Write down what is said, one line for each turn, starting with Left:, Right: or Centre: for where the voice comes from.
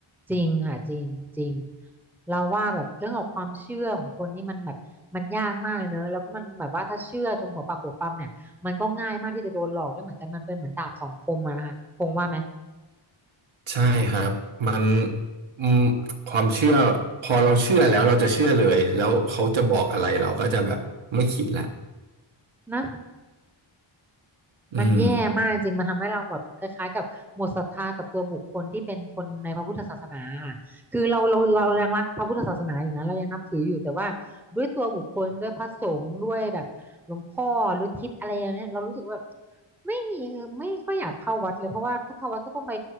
Centre: จริงค่ะจริงจริงเราว่าแบบเรื่องของความเชื่อของคนนี่มันแบบมันยากมากเลยเนอะแล้วก็มันแบบว่าถ้าเชื่อจนหัวปักหัวปั๊มเนี่ยมันก็ง่ายมากที่จะโดนหลอกด้วยเหมือนกันมันเป็นเหมือนดาบสองคมอะนะคะคงว่าไหม
Right: ใช่ครับมันอืมความเชื่อพอเราเชื่อแล้วเราจะเชื่อเลยแล้วเขาจะบอกอะไรเราก็จะแบบไม่คิดละ
Centre: นะ
Right: อืม
Centre: มันแย่มากจริง มันทำให้เราแบบคล้ายๆกับหมดศรัทธากับตัวบุคคลที่เป็นคนในพระพุทธศาสนาค่ะคือเราเราเรายังรักพระพุทธศาสนาอยู่นะเรายังนับถืออยู่ แต่ว่าด้วยตัวบุคคลด้วยพระสงฆ์ด้วยแบบหลวงพ่อหรือทิศอะไรอย่างเนี้ยเรารู้สึกว่าแบบไม่ไม่ค่อยอยากเข้าวัดเลย เพราะว่าถ้าเข้าวัดก็ต้องไป